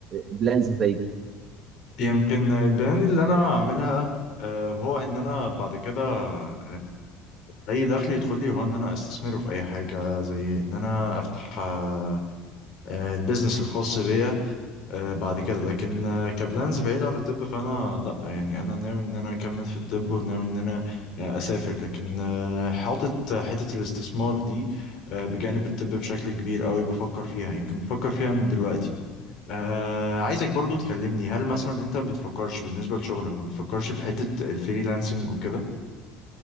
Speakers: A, on the right; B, on the left.
A: بلانز زي دي
B: يمكن البلان اللي انا اعملها آه، هو ان انا بعد كده آه، اي دخل يدخل لي هو ان انا استثمره في اي حاجه زي ان انا افتح آه، آه، البيزنس الخاص بيا آه، بعد كده لكن آه، كبلانز بعيد عن الطب فانا لا يعني انا ناوي ان انا اكمل في الطب وناوي ان انا آه، اسافر لكن آه، حاطط حته الاستثمار دي آه، بجانب الطب بشكل كبير قوي بفكر فيها يمكن بفكر فيها من دلوقتي آه عايزك برضو تكلمني هل مثلا انت ما بتفكرش بالنسبه لشغلك ما بتفكرش في حته الفريلانسنج وكده